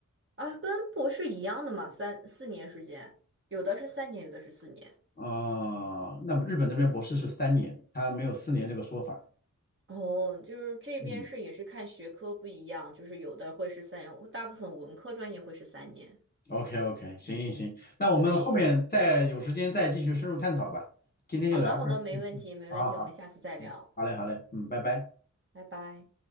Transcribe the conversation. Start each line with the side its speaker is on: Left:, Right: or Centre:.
Right: 啊，跟博士一样的嘛，三四年时间，有的是三年，有的是四年。
Left: 哦，那么日本这边博士是三年，他没有四年这个说法。
Right: 哦，就是这边是也是看学科不一样，
Left: 嗯
Right: 就是有的会是三年，大部分文科专业会是三年。
Left: ，OK OK，行行行，那我们后面再有时间再继续深入探讨吧。
Right: 可以，
Left: 今天就聊到这儿。
Right: 好的，好的，没问题，
Left: 嗯嗯，
Right: 没问题，
Left: 好好好，
Right: 我们下次再聊，
Left: 嗯，好嘞好嘞，嗯，拜拜。
Right: 拜拜。